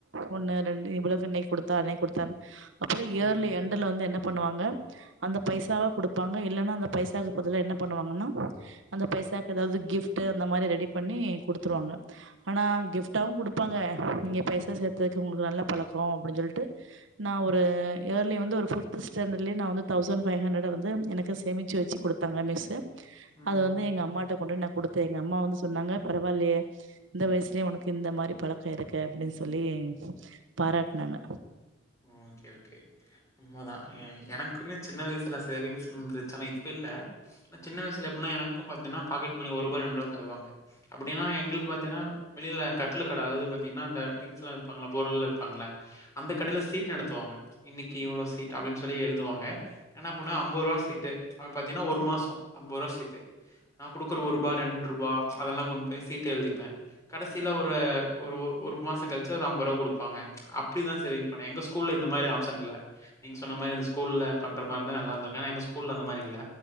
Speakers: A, on the right; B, on the left.
A: ஒண்ணு ரெண்டு இவ்வளவுக்கு இன்னைக்கி குடுத்தா அன்னைக்கி குடுத்தான்னு அப்புறோ
B: ம்.
A: இயர்லி எண்ட்ல வந்து என்ன பண்ணுவாங்க அந்த பைசாவா குடுப்பாங்க இல்லன்னா அந்த பைசாக்கு பதில என்ன பண்ணுவாங்கன்னா அந்த பைசாக்கு ஏதாவது கிஃப்ட்டு அந்த மாரி ரெடி பண்ணி குடுத்துருவாங்க ஆனா கிஃப்ட்டாவு குடுப்பாங்க நீங்க பைசா சேத்ததுக்கு உங்களுக்கு நல்ல பழக்கோ அப்டின்னு சொல்ட்டு நா ஒரு ஏர்லி வந்து ஒரு ஃபிஃப்து ஸடாண்டர்லயே நா வந்து தௌசண்ட் ஃபைவ் ஹண்ட்ரட வந்து எனக்கு சேமிச்சு வச்சு குடுத்தாங்க மிஸ்ஸு
B: ம்ஹ்ம்.
A: அது வந்து எங்க அம்மா கிட்ட கொண்டு நா குடுத்தே எங்க அம்மா வந்து சொன்னாங்க பரவால்லையே இந்த வயசுலயே உனக்கு இந்த மாரி பழக்கோ இருக்கே அப்டின்னு சொல்லி பாராட்னாங்க
B: ம் ஓகே ஓகே உண்மாதா எ எனக்குமே சின்ன வயசுல சேவிங்ஸ்ன் இருந்துச்சுன்னா ஆனா இப்ப இல்ல சின்ன வயசுல எப்டினா எனக்கும் பாத்தீங்கன்னா பாக்கெட் மணி ஒரு ரூபா ரெண்டு ரூபா தருவாங்க அப்டின்னா எங்களுது பாத்தீங்கன்னா வெளியில கட்லு கட அதாவது பாத்தீங்கன்னா அந்த திங்ஸ்ல்லா வெப்பாங்கல்ல பொருள்லா வெப்பாங்கல்ல அந்த கடையில சீ்ட் நடத்துவாங்க இன்னைக்கி இவ்ளோ சீட் அப்டின்னு சொல்லி எழுதுவாங்க என்ன பண்ண ஐம்பது ரூபா சீட் டு அது பாத்தீங்கன்னா ஒரு மாசோ அம்பது ரூபா சீட்டு நா குடுக்குற ஒரு ரூபா ரெண்ட்ரூபா அதெல்லா கொண்டு போய் சீட்டு எழுதிப்பே கடைசியில ஒரு ஒரு ஒரு மாசோ கழிச்சு ஒரு ஐம்பது ரூபா குடுப்பாங்க அப்டிதா சேவிங் பண்ணே எங்க ஸ்கூல்ல இந்த மாரி ஆப்ஷன் இல்ல நீங்க சொன்ன மாரி அந்த ஸ்கூல்ல பண்ற மாரிருந்தா நல்லாருத்துருக்கு ஏனா எங்க ஸ்கூல்ல அந்த மாரி இல்ல